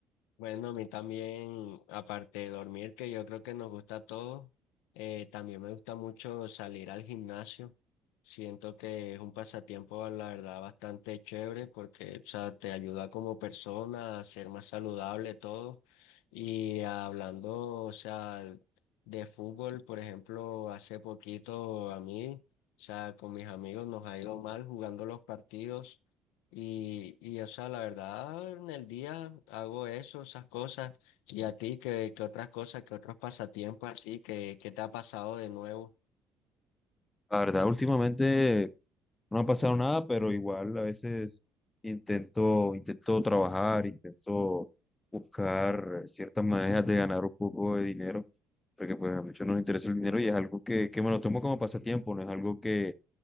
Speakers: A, on the left (about 80°); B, on the left (about 20°).
A: Bueno, a mí también, aparte de dormir, que yo creo que nos gusta a todos, eh, también me gusta mucho salir al gimnasio. Siento que es un pasatiempo, la verdad, bastante chévere porque, o sea, te ayuda como persona a ser más saludable todo. Y hablando, o sea, de fútbol, por ejemplo, hace poquito a mí, o sea, con mis amigos nos ha ido mal jugando los partidos. Y, y, o sea, la verdad, en el día hago eso, esas cosas. ¿Y a ti qué, qué otras cosas, qué otros pasatiempos así, que, que te ha pasado de nuevo?
B: La verdad, últimamente no ha pasado nada, pero igual a veces intento, intento trabajar, intento buscar ciertas maneras de ganar un poco de dinero, porque pues a muchos nos interesa el dinero y es algo que, que me lo tomo como pasatiempo, no es algo que